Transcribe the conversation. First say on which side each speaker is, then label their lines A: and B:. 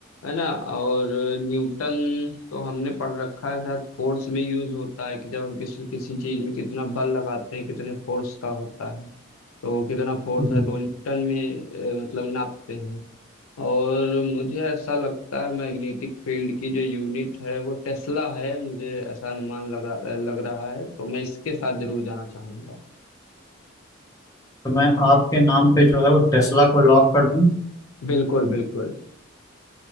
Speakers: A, on the left; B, on the left.
A: है ना और न्यूटन तो हमने पढ़ रखा है शायद फोर्स में यूज होता है कि जब हम किसी किसी चीज में कितना बल लगाते हैं कितने फोर्स का होता है तो कितना फोर्स
B: हम्म।
A: है तो न्यूटन में अ, मतलब नापते हैं और मुझे ऐसा लगता है मैग्नेटिक फील्ड की जो यूनिट है वो टेस्ला है मुझे ऐसा अनुमान लगा लग रहा है तो मैं इसके साथ जरूर जाना चाहूंगा
B: तो मैं आपके नाम पे जो है वो टेस्ला को लॉक कर दूं
A: बिल्कुल बिल्कुल